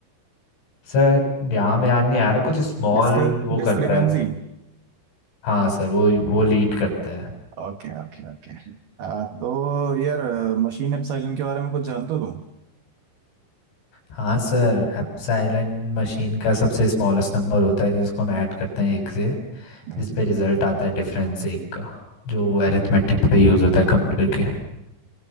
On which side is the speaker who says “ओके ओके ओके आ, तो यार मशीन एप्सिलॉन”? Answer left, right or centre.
Right